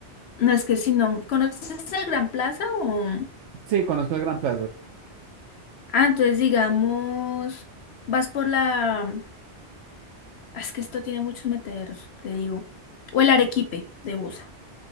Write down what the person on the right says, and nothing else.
Sí, conozco el Gran Plaza,